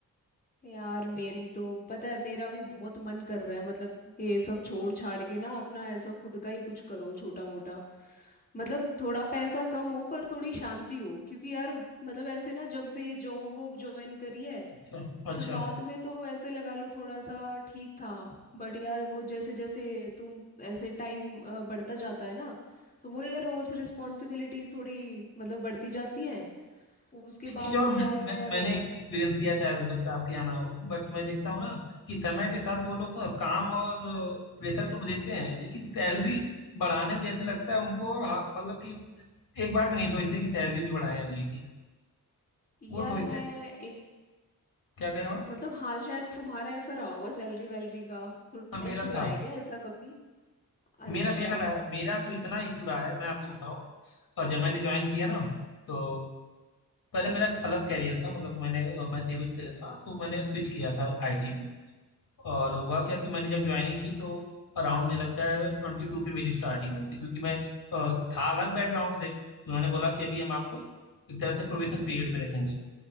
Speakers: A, on the left (about 25°); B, on the left (about 75°).
A: यार मेरी तो पता है मेरा भी बहुत मन कर रहा है मतलब ये सब छोड़ छाड़ के ना अपना ऐसा खुद का ही कुछ करो छोटा मोटा मतलब थोड़ा पैसा कम हो पर थोड़ी शांति हो क्योंकि यार मतलब ऐसे ना जब से ये जॉब वॉब ज्वाइन करी है
B: अच्छा अच्छा
A: शुरुआत में तो ऐसे लगा लो थोड़ा सा ठीक था बट यार वो जैसे जैसे तुम ऐसे टाइम बढ़ता जाता है ना तो वो ये रोल्स रिस्पॉन्सिबिलिटीज थोड़ी मतलब बढ़ती जाती हैं उसके
B: एक
A: बाद
B: चीज और
A: तो यार
B: मैं, मैं,
A: मैं
B: मैंने
A: बताऊँ
B: एक चीज एक्सपीरियंस किया है, शायद हो सकता है आपके यहाँ ना हो बट मैं देखता हूँ ना कि समय के साथ वो लोग ना काम और प्रेशर तो देते हैं लेकिन सैलरी बढ़ाने में जैसे लगता है उनको हाँ, मतलब कि एक बार में नहीं सोचते कि सैलरी भी बढ़ाएं अगले की
A: यार
B: वो सोचते
A: मैं
B: हैं
A: एक
B: क्या कह रहे हो आप
A: मतलब हाँ शायद तुम्हारा ऐसा रहा होगा सैलरी वैलरी का थोड़ा
B: हाँ मेरा
A: इशू रहा
B: था
A: है क्या ऐसा कभी अच्छा
B: मेरा मेरा रहा है मेरा तो इतना इशू रहा है मैं आपको बताऊं और जब मैंने ज्वाइन किया ना तो पहले मेरा एक अलग कैरियर था मतलब मैंने मैं सिविल से था तो मैंने स्विच किया था आईटी में और हुआ क्या कि मैंने जब ज्वाइनिंग की तो अराउंड मुझे लगता है ट्वेंटी टू पे मेरी स्टार्टिंग हुई थी क्योंकि मैं अ, था अलग बैकग्राउंड से तो उन्होंने बोला कि अभी हम आपको एक तरह से प्रोबेशन पीरियड में रखेंगे